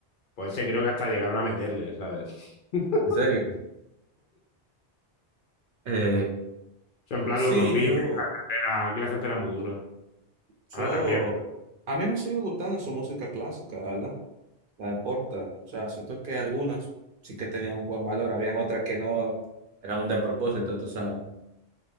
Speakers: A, on the left; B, on the right.
A: Pues ese creo que hasta llegaron a meterle, ¿sabes? <laughs>
B: ¿En serio? Eh,
A: O sea, en plan
B: sí,
A: los 2000,
B: yo.
A: que aquí la gente era, aquí la gente era muy dura.
B: Yo,
A: Ahora también. pero
B: a mí me sigue gustando su música clásica, ¿verdad? La de Porta. O sea, siento que algunas sí que tenían un buen valor, habían otras que no eran un despropósito, tú sabes.